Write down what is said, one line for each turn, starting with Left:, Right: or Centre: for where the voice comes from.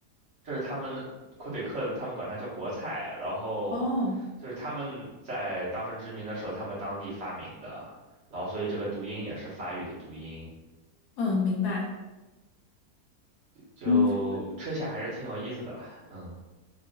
Right: 这是他们的魁北克的，他们管它叫国菜，然后
Left: 哦，
Right: 就是他们在当时殖民的时候，他们当地发明的，然后所以这个读音也是法语的读音，
Left: 嗯，明白。
Right: 就吃起来还是挺有意思的吧，
Left: 嗯
Right: 嗯